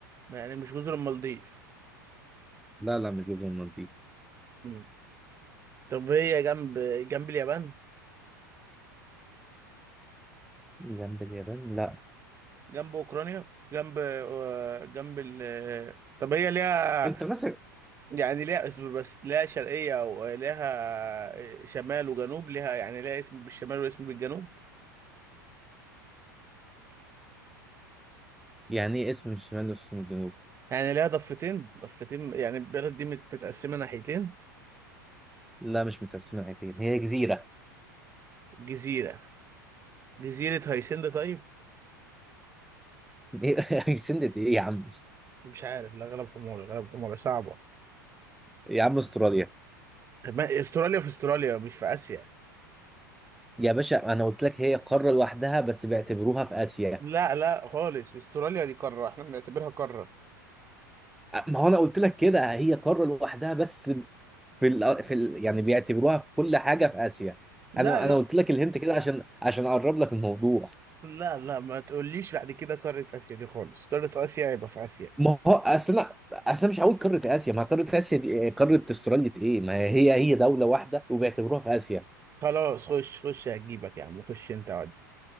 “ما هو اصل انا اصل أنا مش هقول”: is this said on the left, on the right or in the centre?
Centre